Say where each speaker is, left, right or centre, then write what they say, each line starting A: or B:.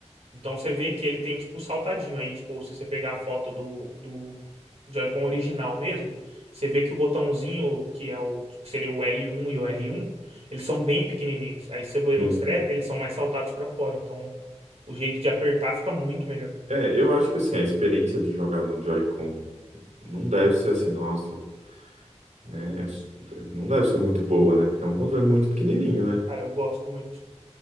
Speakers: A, on the right; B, on the right.
A: Então você vê que ele tem tipo o saltadinho. Aí, tipo, se você pegar a foto do, do Joy-Con original mesmo, você vê que o botãozinho, que é o que seria o L1 e o R1, eles são bem pequenininhos. Aí você vê
B: sim.
A: no strap, eles são mais saltados pra fora. Então o jeito de apertar fica muito melhor.
B: É, É, eu acho que assim, a experiência de jogar no Joy-Con não deve ser assim, nossa. né? É Não deve ser muito boa, né? Porque é um controle muito pequenininho, né?
A: Cara, eu gosto muito.